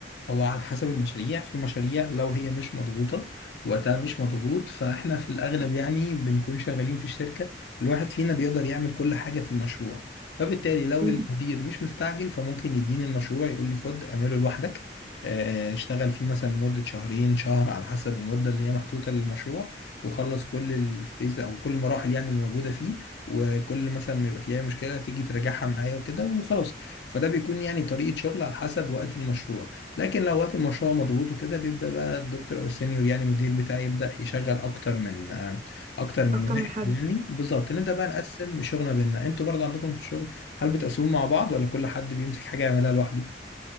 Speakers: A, on the left; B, on the right.
A: هو على حسب المشاريع في مشاريع لو هي مش مضغوطة وقتها مش مضغوط فاحنا في الأغلب يعني بنكون شغالين في الشركة الواحد فينا بيقدر يعمل كل حاجة في المشروع فبالتالي لو
B: مم.
A: المدير مش مستعجل فممكن يديني المشروع يقول لي خد اعمله لوحدك آه، اشتغل فيه مثلا لمدة شهرين شهر على حسب المدة اللي هي محطوطة للمشروع وخلص كل الفيز أو كل المراحل يعني اللي موجودة فيه وكل مثلا ما يبقى فيه أي مشكلة تيجي تراجعها معايا وكده وخلاص فده بيكون يعني طريقة شغل على حسب وقت المشروع لكن لو وقت المشروع مضغوط وكده بيبدأ بقى الدكتور أو السينيور يعني المدير بتاعي يبدأ يشغل أكتر من آه، أكتر من
B: أكتر
A: واحد
B: من حد
A: يعني بالظبط نبدأ بقى نقسم شغلنا بينا أنتوا برضه عندكم في الشغل هل بتقسموا مع بعض ولا كل حد بيمسك حاجة يعملها لوحده؟